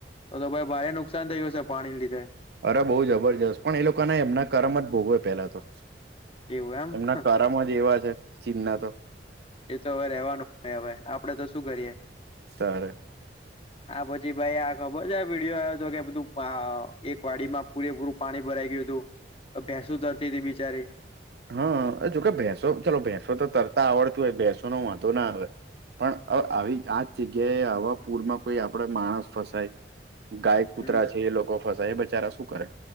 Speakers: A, on the left; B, on the right.
A: તો તો ભાઈ ભારે નુકસાન થયું હશે પાણી લીધે
B: અરે બહુ જબરજસ્ત પણ એ લોકોના એમના કરમ જ ભોગવે પેલા તો
A: એવું એમ
B: એમના
A: હ,
B: કરામાં જ એવા છે ચીન ના તો
A: એ તો હવે રહેવાનું હોય હવે આપડે તો શું કરીએ
B: તાર
A: આ પછી ભાઈ આ ખબર છે આ વિીડીિયો આવ્યો હતો કે બધું એક વાડીમાં પૂરેપૂરું પાણી ભરાઈ ગયું હતું ભેસું તરતી હતી બિચારી
B: હા જોકે ભેંસો ચાલલો ભેંસો તો તરતા આવડતું હોય ભેંસો નો વાંધો ના આવે પણ આવી આ જગ્યાએ હવા પૂરમાં કોઈ આપડ માણસ ફસાય ગાય કૂતરા
A: હમ
B: છે એ લોકો ફસાય એ બચારા શું કરે